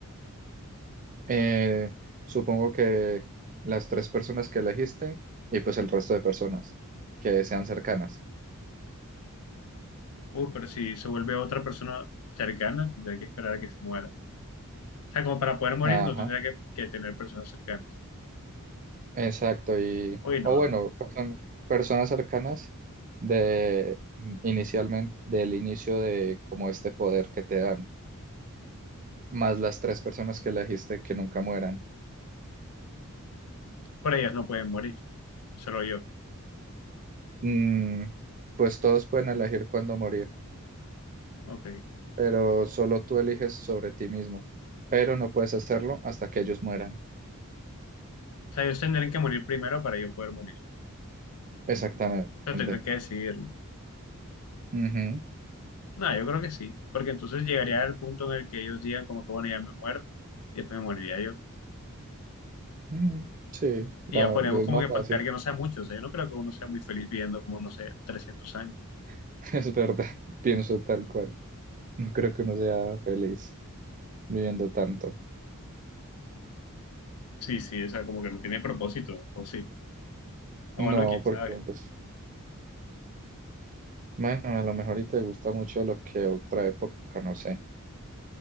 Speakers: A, on the right (about 35°); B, on the left (about 80°).
A: Eh, supongo que las tres personas que elegiste y pues el resto de personas que sean cercanas.
B: uh, pero si se vuelve otra persona cercana, tendría que esperar a que se muera. O sea, como para poder morir,
A: Ajá,
B: no tendría que, que tener personas cercanas.
A: exacto. Y,
B: Uy,
A: o
B: no,
A: bueno,
B: no.
A: person- personas cercanas de inicialmente, del inicio de como este poder que te dan, más las tres personas que elegiste que nunca mueran.
B: Por ellas no pueden morir, solo yo.
A: Mm, pues todos pueden elegir cuándo morir.
B: Ok.
A: pero solo tú eliges sobre ti mismo, pero no puedes hacerlo hasta que ellos mueran.
B: O sea, ellos tendrían que morir primero para yo poder morir.
A: Exactamente.
B: Pero tendrán que decidirlo.
A: Ujú.
B: No, No, yo creo que sí. Porque entonces llegaría al punto en el que ellos digan, como que bueno, ya me muero, y después me moriría yo.
A: Mm, Sí,
B: Y
A: la-
B: ya ponemos
A: es
B: como
A: más
B: que
A: fácil,
B: pactar que no sea mucho. O sea, yo no creo que uno sea muy feliz viviendo como, no sé, 300 años.
A: <laughs> es verdad, pienso tal cual. No creo que uno sea feliz viviendo tanto.
B: Sí, sí, o sea, como que no tiene propósito, o sí. O
A: No,
B: bueno, quién
A: porque
B: sabe.
A: pues, bueno, a lo mejor y te gusta mucho lo que otra época, no sé,